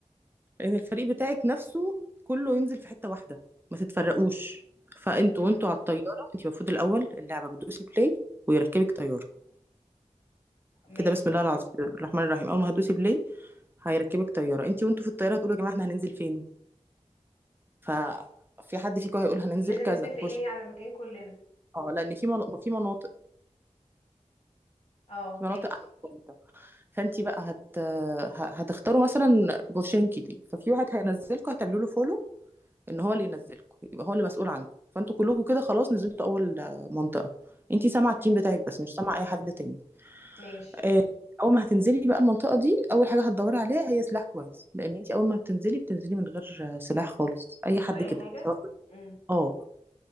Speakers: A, on the right; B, on the left.
A: ان الفريق بتاعك نفسه كله ينزل في حته واحده ما تتفرقوش فانتوا
B: امم
A: وانتوا على الطياره انت المفروض الاول اللعبه بتدوسي بلاي ويركبك طياره
B: ماشي
A: كده بسم الله العظيم الرحمن الرحيم اول ما هتدوسي بلاي هيركبك طياره انت وانتوا في الطياره هتقولوا يا جماعه احنا هننزل فين ف في حد فيكم هيقول هننزل
B: لازم
A: كذا
B: نتفق
A: بوش
B: يعني على مكان كلنا
A: اه لان في من... في مناطق
B: اه
A: في
B: ماشي
A: مناطق احسن فانت بقى هت... ه- هتختاروا مثلا بورشينكي دي ففي واحد هينزلكم هتعملوا له فولو ان هو اللي ينزلكم يبقى هو اللي مسؤول عنكم فانتوا كلكم كده خلاص نزلتوا اول آه، منطقه انت سامعه التيم
B: امم
A: بتاعك بس مش سامعه اي حد تاني
B: ماشي
A: آه، اول ما هتنزلي بقى المنطقه دي اول حاجه هتدوري عليها هي سلاح كويس لان انت اول ما بتنزلي بتنزلي من غير آه، سلاح خالص اي
B: من
A: حد
B: غير اي
A: كده
B: حاجه
A: سواء
B: امم
A: اه